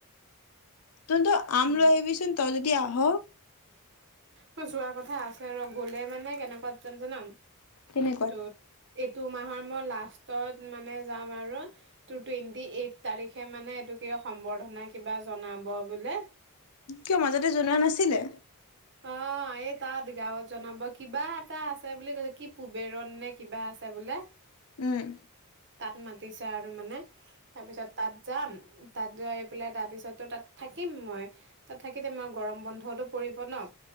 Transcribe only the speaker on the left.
তুম তো আম
লৈ আহিবিচোন তই যদি দিয়া হ
কেনেকুৱাত
কিয় মাজতে জনোৱা নাছিলে
উম